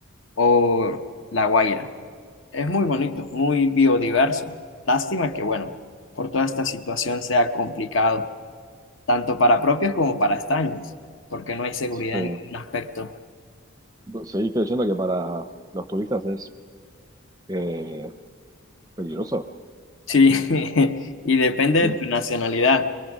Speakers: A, on the left; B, on the right.
A: o La Guaira. Es muy bonito, muy biodiverso. Lástima que, bueno, por toda esta situación sea complicado, tanto para propios como para extraños, porque no hay seguridad
B: Sí.
A: en ningún aspecto.
B: ¿Seguís creyendo que para los turistas es eh, peligroso?
A: Sí, <laughs> y depende
B: Sí.
A: de tu nacionalidad,